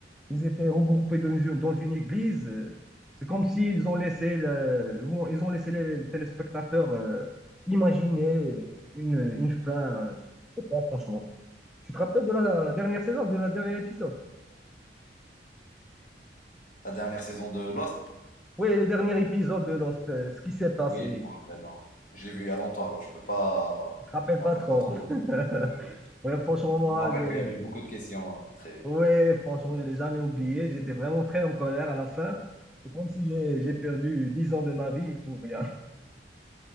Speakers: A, in the centre; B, on the left (about 45°).
A: Ils étaient regroupés dans une, dans une église. euh, C'est comme s'ils ont laissé le- vont- ils ont laissé les téléspectateurs euh, imaginer une, une fin. euh, Je sais pas, franchement. Tu te rappelles de la dernière saison, de la dernier épisode?
B: La dernière saison de Lost,
A: Oui, le dernier épisode de Lost, euh, ce qui s'est passé.
B: oui, je me rappelle. hein. Je l'ai vue il y a longtemps, alors je peux pas.
A: Je te rappelle
B: Je me
A: pas
B: rappelle
A: trop.
B: pas trop.
A: <laughs>
B: Euh,
A: Ouais, franchement, moi,
B: je me rappelle
A: j'ai...
B: qu'il y avait beaucoup de questions euh, très.
A: Ouais, franchement, je l'ai jamais oublié.
B: Oui,
A: J'étais vraiment très en colère à la fin. C'est comme si j'ai j'ai perdu 10 ans de ma vie pour rien.